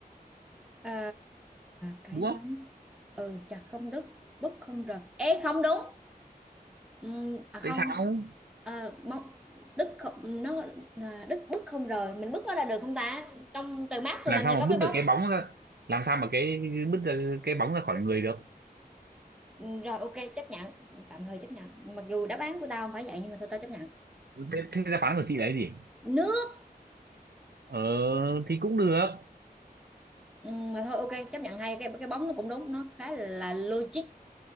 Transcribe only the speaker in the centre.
à, cái
bóng ừ chặt không đứt bứt không rời ê không đúng Ừm, à không
à, mong Đức không, nó à, Đức bứt không rời mình bứt nó ra được không ta trong trời mát thì
làm
gì có
cái
bóng
Ừm, rồi ok chấp nhận tạm thời chấp nhận mặc dù đáp án của tao không phải vậy nhưng mà thôi tao chấp nhận
nước
Ừm, mà thôi ok chấp nhận hai cái cái bóng nó cũng đúng nó khá là logic